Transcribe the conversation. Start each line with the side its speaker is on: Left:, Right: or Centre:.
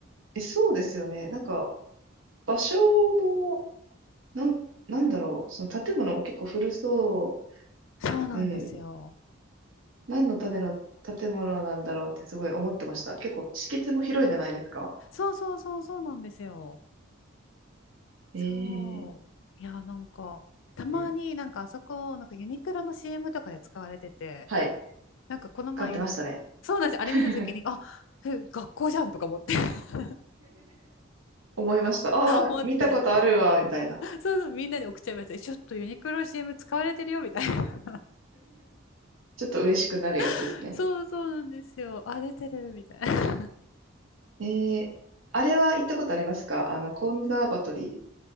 Right: え、そうですよね。なんか、場所も、なん、なんだろう。その建物も結構古そ
Left: そうなんですよ。
Right: う。うん。何のための建物なんだろうってすごい思ってました。結構、敷地も広いじゃないですか。
Left: そうそうそうそうなんですよ。
Right: えー、
Left: そう。
Right: いいで
Left: いや、なんか、たまになんかあそこ、
Right: すね
Left: なんかユニクロの CM とかで使われてて、
Right: はい。
Left: なんかこの前、
Right: 使ってましたね。
Left: そうなんです。あれ見たときに、
Right: <laughs>
Left: あ、え、学校じゃんとか思って <laughs>
Right: 思いました。ああ、
Left: 思って、
Right: 見たことあるわ、みたいな。
Left: そうそう、みんなに送っちゃいました。えちょっとユニクロ CM 使われてるよみたいな。
Right: ちょっと嬉しくなるやつですね。
Left: <laughs> そうそうなんですよ。あ、出てるみたいな。
Right: えー、あれは行ったことありますかあの、コンザーバトリー、